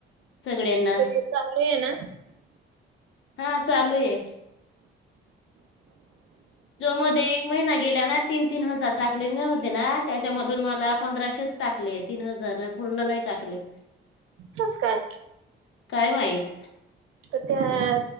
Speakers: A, on the left (about 70°); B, on the right (about 85°).
A: सगळ्यांनाच,
B: ते चालू आहे ना
A: हा चालूये. जो मध्ये एक महिना गेल्या ना, तीन तीन हजार टाकलेले होते ना, त्याच्यामधून मला पंधराशेच टाकले तीन हजार पूर्ण नाही टाकले.
B: कस काय
A: काय माहीत.
B: त्या